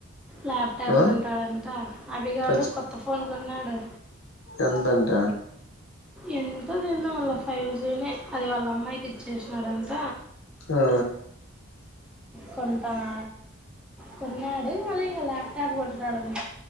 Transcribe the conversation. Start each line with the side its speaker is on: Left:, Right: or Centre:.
Centre: ల్యాప్టాబ్
Left: ఆ
Centre: కొంటాడంట అవిగాడు
Left: టచ్
Centre: కొత్త ఫోన్ కొన్నాడు
Left: ఎంతంట
Centre: ఎంత తిందో మళ్ళా ఫైజినే అది వాళ్ళ అమ్మాయికి ఇచ్చేసినాడంట
Left: ఆ
Centre: కొ ఆ కొన్నాడు మళ్ళీ ల్యాప్టాప్ కొంటాడంట